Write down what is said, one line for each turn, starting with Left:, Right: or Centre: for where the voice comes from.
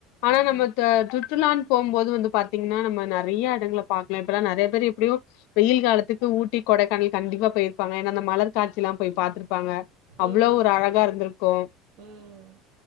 Left: ஆனா
Right: ம்
Left: நம்ம த சுற்றுலானு போம்போது வந்து பாத் த்தீங்னா நம்ம நறைய எடங்கள பாக்லா இப்பலா நறைய பேரு எப்டியு வெயில் காலத்துக்கு ஊட்டி கொடைக்கானல் கண்டிப்பா பொயிருப்பாங்க ஏனா அந்த மலர் காட்சிலா போய் பாத்துட்டு இருப்பாங்க அவ்ளோ
Right: ம்
Left: ஒரு அழகா இருந்துருக்கு
Right: ம்